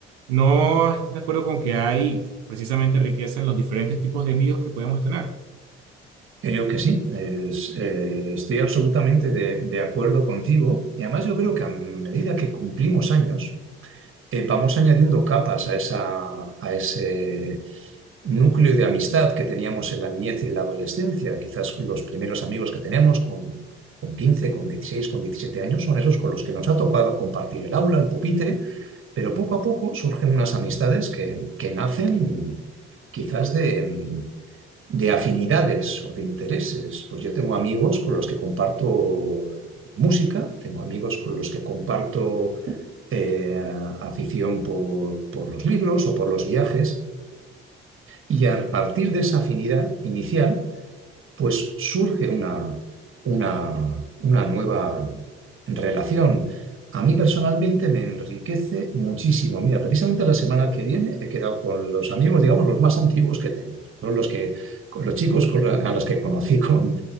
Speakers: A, on the right (about 80°); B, on the right (about 40°).
A: ¿No estás de acuerdo con que hay precisamente riqueza en los diferentes tipos de amigos que podemos tener?
B: Creo que sí, Es- eh, estoy absolutamente de, de acuerdo contigo y además yo creo que a medida que cumplimos años, eh, vamos añadiendo capas a esa, a ese, núcleo de amistad que teníamos en la niñez y en la adolescencia, quizás los primeros amigos que tenemos con, con quince con dieciséis con 17 años, son esos con los que nos ha tocado compartir el aula, el pupitre, pero poco a poco surgen unas amistades que, que nacen quizás de, de afinidades o de intereses. Pues yo tengo amigos con los que comparto eh, música, tengo amigos con los que comparto eh, afición por, por los libros o por los viajes. Y a partir de esa afinidad inicial, pues surge una, una, una nueva relación. A mí personalmente me enriquece muchísimo. Mira, precisamente la semana que viene he quedado con los amigos, digamos, los más antiguos que tengo. Son los que, con los chicos con los- a los que conocí con,